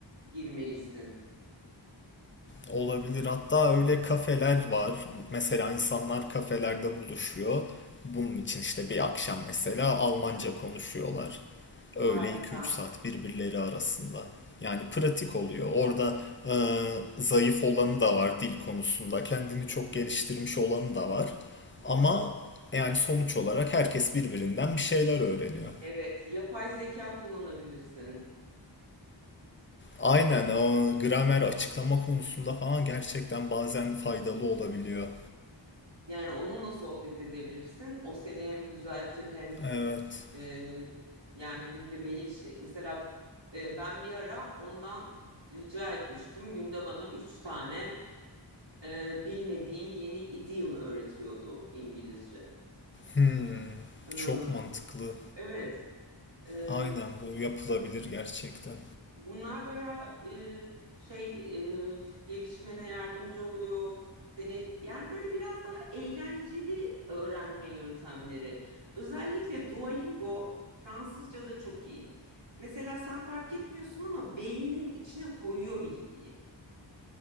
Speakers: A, on the right; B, on the left.
A: girmelisin.
B: Olabilir. Hatta öyle kafeler var. Mesela insanlar kafelerde buluşuyor. Bunun için işte bir akşam mesela Almanca konuşuyorlar. Öyle
A: Harika.
B: iki üç saat birbirleri arasında. Yani pratik oluyor. Orada e, zayıf olanı da var dil konusunda. Kendini çok geliştirmiş olanı da var. Ama yani sonuç olarak herkes birbirinden bir şeyler öğreniyor.
A: Evet, yapay zeka kullanabilirsin.
B: Aynen o gramer açıklama konusunda falan gerçekten bazen faydalı olabiliyor.
A: Yani onunla sohbet edebilirsin. O seni hem düzeltir hem
B: Evet.
A: e, yani günde belli şey. Mesela e, ben bir ara ondan rica etmiştim. Günde bana üç tane e, bilmediğim yeni idiom öğretiyordu İngilizce.
B: Hmm,
A: E,
B: çok mantıklı.
A: evet, e,
B: Aynen bu yapılabilir gerçekten.
A: Bunlar bayağı e, şey e, gelişmene yardımcı oluyor. Seni yani böyle biraz daha eğlenceli öğrenme yöntemleri. Özellikle Duolingo Fransızca'da çok iyi. Mesela sen fark etmiyorsun ama beyninin içine koyuyor bilgiyi.